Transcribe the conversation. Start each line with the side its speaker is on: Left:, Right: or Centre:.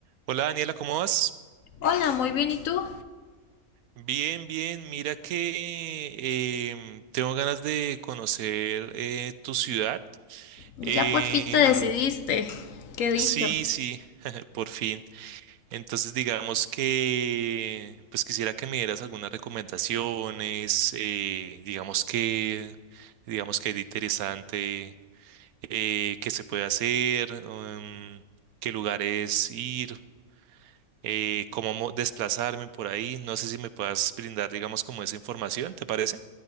Right: Hola Daniela, ¿cómo vas?
Left: Hola, muy bien, ¿y tú?
Right: Bien, bien. Mira que em, tengo ganas de conocer eh, tu ciudad.
Left: Ya
Right: Em,
Left: por fin te decidiste. Qué dicho.
Right: sí, sí, <laughs> por fin. Entonces digamos que pues quisiera que me dieras algunas recomendaciones, eh, digamos que digamos que es interesante eh, que se puede hacer, em, qué lugares ir. eh, cómo mo- desplazarme por ahí. No sé si me puedas brindar, digamos, como esa información, ¿te parece?